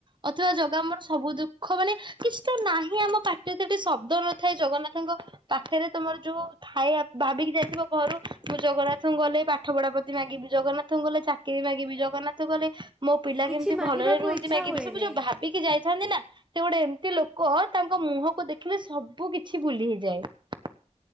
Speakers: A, on the right (about 40°); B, in the centre.
A: ଅଥବା ଜଗା ଆମର ସବୁ ଦୁଃଖ ମାନେ କିଛି ତ ନାହିଁ ଆମ ପାଟିରେ ତଠେ ଶବ୍ଦ ନଥାଏ ଜଗନ୍ନାଥଙ୍କ ପାଖରେ ତମର ଯୋଉ ଥାଏ ଭାବିକି ଯାଇଥିବ ଘରୁ ମୁଁ ଜଗନ୍ନାଥଙ୍କୁ ଗଲେ ପାଠ ପଢାପତି ମାଗିବି ଜଗନ୍ନାଥଙ୍କୁ ଗଲେ ଚାକିରୀ ମାଗିବି ଜଗନ୍ନାଥଙ୍କୁ ଗଲେ ମୋ ପିଲା
B: କିଛି
A: କେମିତି
B: ମାଗିବାକୁ
A: ଭଲରେ ରୁହନ୍ତି
B: ଇଚ୍ଛା
A: ମାଗିବି
B: ହୁଏନି
A: ସବୁ ଯୋଉ ଭାବିକି ଯାଇଥାଏ ନା ସେ ଗୋଟେ ଏମତି ଲୋକ ତାଙ୍କ ମୁହଁକୁ ଦେଖିଲେ ସବୁ କିଛି ଭୁଲି ହେଇଯାଏ